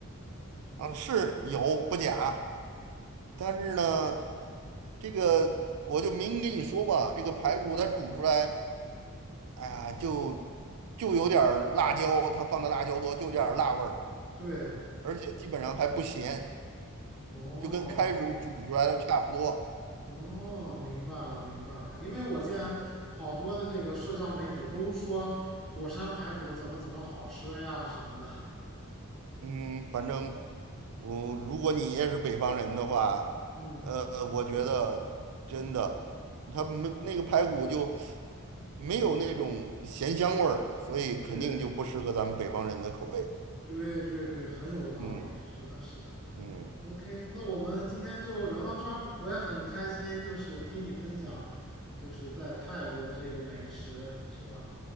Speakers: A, on the right; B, in the centre.
A: 啊，是有不假，但是呢，这个我就明跟你说吧，这个排骨它煮出来，
B: 嗯，
A: 哎呀，就就有点儿辣椒，它放的辣椒多，就有点儿辣味儿，
B: 对，
A: 而且基本上还不咸，
B: 哦。
A: 就跟开水煮出来的差不多。
B: 哦，明白了，明白了。因为我见好多的这个社交媒体都说火山排骨怎么怎么好吃呀什么的。
A: 嗯，反正我、如果你也是北方人的话，
B: 嗯，
A: 呃，我觉得真的，他没那个排骨就没有那种咸香味儿，所以肯定就不适合咱们北方人的口味。
B: 对，对对对，很有道理。
A: 嗯
B: 是的，是的。
A: 嗯
B: OK，那我们今天就聊到这儿。我也很开心，就是听你分享，就是在泰国的这个美食，是吧？